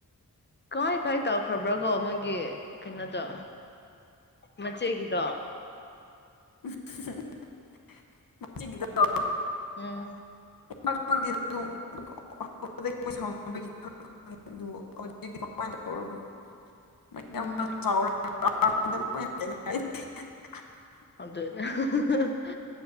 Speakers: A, on the left; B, on the left.
A: ꯀꯃꯥꯏ ꯀꯃꯥꯏ ꯇꯧꯈ꯭ꯔꯕ꯭ꯔ ꯀꯣ ꯃꯣꯏꯒꯤ ꯀꯩꯅꯣꯗꯣ ꯃꯆꯦꯒꯤꯗꯣ
B: <unintelligible> ꯃꯆꯦꯒꯤꯗꯣ
A: ꯎꯝ
B: ꯪ <inaudible> <inaudible>
A: ꯎꯝ
B: <inaudible>
A: ꯑꯗꯨꯅ ꯍꯥ ꯍꯥ ꯍꯥꯥ ꯍꯥ